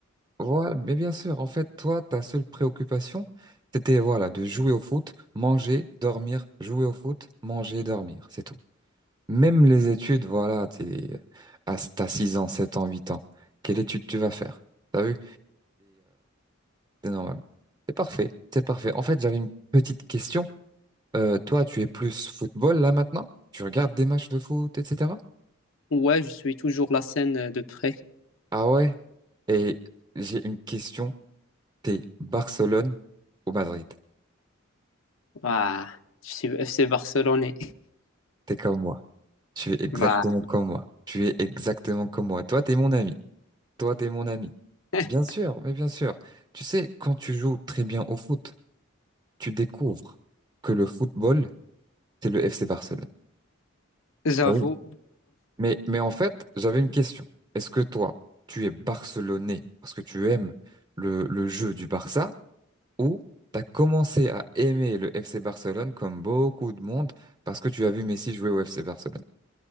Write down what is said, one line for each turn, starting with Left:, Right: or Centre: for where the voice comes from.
Right: voilà, mais bien sûr, en fait, toi, ta seule préoccupation, c'était, voilà, de jouer au foot, manger, dormir, jouer au foot, manger, dormir, c'est tout. Même les études, voilà, t'es, à, t'as 6 ans, 7 ans, 8 ans, quelle étude tu vas faire? T'as vu? C'est normal. C'est parfait. C'est parfait. En fait, j'avais une petite question. Euh, toi, tu es plus football là maintenant? Tu regardes des matchs de foot, etc.
Left: Ouais, je suis toujours la scène euh, de près.
Right: Ah ouais. Et j'ai une question. T'es Barcelone ou Madrid?
Left: Ouah, je suis FC Barcelonais.
Right: T'es comme moi. Tu es exactement
Left: Bah,
Right: comme moi. Tu es exactement comme moi. Toi, t'es mon ami. Toi, t'es mon ami.
Left: <laughs>
Right: Bien sûr, mais bien sûr. Tu sais, quand tu joues très bien au foot, tu découvres que le football, c'est le FC Barcelone.
Left: j'avoue.
Right: Ah oui. Mais, mais en fait, j'avais une question. Est-ce que toi, tu es barcelonais parce que tu aimes le, le jeu du Barça ou t'as commencé à aimer le FC Barcelone comme beaucoup de monde parce que tu as vu Messi jouer au FC Barcelone?